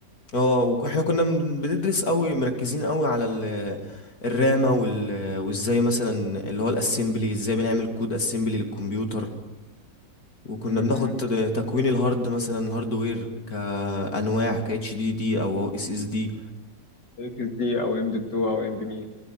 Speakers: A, on the left; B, on the left.
A: اه واحنا كنا من- بندرس قوي مركزين قوي على ال- الرامة وال- وازاي مثلا اللي هو الاسمبلي ازاي بنعمل كود اسمبلي للكمبيوتر وكنا
B: امم
A: بناخد ت- تكوين الهارد مثلا الهاردوير كانواع ك اتش دي دي او اس اس دي
B: اكس دي او ام دوت 2 او ام في مي